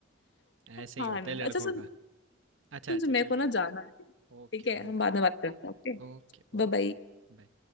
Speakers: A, on the right; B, on the left.
A: ऐसे
B: हाँ
A: ही होता
B: अनुराग
A: है लड़कों
B: अच्छा सुन
A: का। अच्छा,
B: सुन
A: अच्छा
B: सुन मेरे
A: चल
B: को ना
A: ठीक है।
B: जाना है
A: Okay,
B: ठीक है
A: okay,
B: हम बाद में बात करते हैं ओके
A: okay, okay.
B: Bye bye.
A: Bye.